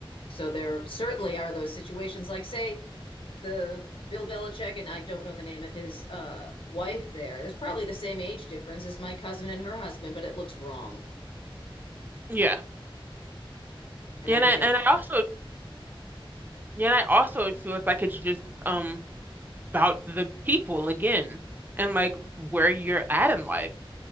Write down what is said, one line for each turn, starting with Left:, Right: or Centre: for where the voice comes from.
Left: So there certainly are those situations, like say the Bill Belichick and I don't know the name of his uh, wife. There, there's probably the same age difference as my cousin and her husband, but it looks wrong,
Right: Yeah.
Left: and
Right: And
Left: I think
Right: I and
Left: it.
Right: I also yeah, and I also feel like it's just um about the people again and like where you're at in life.